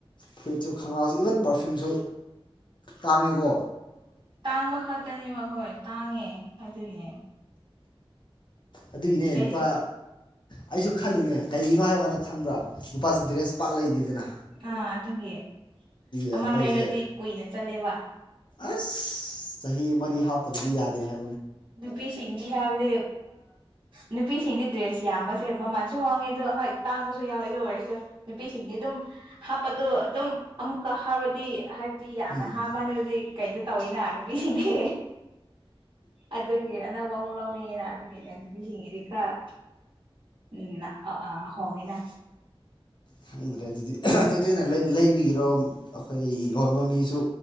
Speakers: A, on the left; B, on the right.
A: ꯐꯨꯔꯤꯠꯁꯨ ꯈꯪꯒꯥꯎꯁꯨ ꯏꯚꯟ ꯄꯔꯐ꯭ꯌꯨꯝꯁꯨ ꯇꯥꯡꯉꯤꯀꯣ
B: ꯇꯥꯡꯕ ꯈꯛꯇꯅꯦꯕ ꯍꯣꯏ ꯇꯥꯡꯉꯦ ꯑꯗꯨꯒꯤꯅꯦ
A: ꯑꯗꯨꯒꯤꯅꯦ
B: ꯑꯩ
A: ꯅꯨꯄꯥ ꯑꯩꯁꯨ ꯈꯜꯂꯤꯅꯦ ꯀꯩꯒꯤꯅꯣ ꯍꯥꯏꯕ ꯀꯥꯟꯗ ꯈꯪꯕ꯭ꯔꯥ ꯅꯨꯄꯥꯁꯤ ꯗ꯭ꯔꯦꯁ ꯄꯥꯛ ꯂꯩꯗꯦꯗꯅꯥ
B: ꯑꯥ ꯑꯗꯨꯒꯤ
A: ꯑꯩꯈꯣꯏꯁꯦ
B: ꯑꯃ ꯂꯩꯔꯗꯤ ꯀꯨꯏꯅ ꯆꯠꯂꯦꯕꯥ
A: ꯑꯁ ꯆꯍꯤ ꯃꯔꯤ ꯍꯥꯞꯇ꯭ꯔꯗꯤ ꯌꯥꯗꯦ ꯍꯥꯏ
B: ꯅꯨꯄꯤꯁꯤꯡꯗꯤ ꯍꯥꯏꯔꯦ ꯅꯨꯄꯤꯁꯤꯡꯗꯤ ꯗ꯭ꯔꯦꯁ ꯌꯥꯝꯕꯁꯦ ꯃꯃꯜꯁꯨ ꯍꯣꯡꯉꯦ ꯑꯗꯨ ꯍꯣꯏ ꯇꯥꯡꯕꯁꯨ ꯌꯥꯎꯋꯦ ꯑꯗꯨ ꯑꯣꯏꯔꯁꯨ ꯅꯨꯄꯤꯁꯤꯡꯗꯤ ꯑꯗꯨꯝ ꯍꯥꯞꯄꯗꯣ ꯑꯗꯨꯝ ꯑꯃꯨꯛꯀ ꯍꯥꯞꯔꯗꯤ ꯍꯥꯏꯕꯗꯤ ꯌꯥꯝꯅ
A: ꯎꯝ
B: ꯍꯥꯞꯃꯜꯂꯤ ꯀꯩꯅꯣ ꯇꯧꯋꯤꯅ ꯅꯨꯄꯤꯁꯤꯡꯗꯤ ꯑꯗꯨꯒꯤ ꯑꯅꯧꯕ ꯑꯃꯨꯛ ꯂꯧꯅꯤꯡꯉꯦꯅ ꯑꯗꯨꯒꯤꯅꯦ ꯅꯨꯄꯤꯁꯤꯡꯒꯤꯗꯤ ꯈꯔ ꯎꯝ ꯑꯥ ꯍꯣꯡꯉꯦꯅ
A: ꯈꯪꯗ꯭ꯔꯦ ꯑꯗꯨꯗꯤ ꯇꯣꯏ ꯇꯣꯏꯅ ꯂꯩꯕꯒꯤꯔꯣ ꯑꯩꯈꯣꯏ ꯌꯣꯟꯕ ꯃꯤꯁꯨ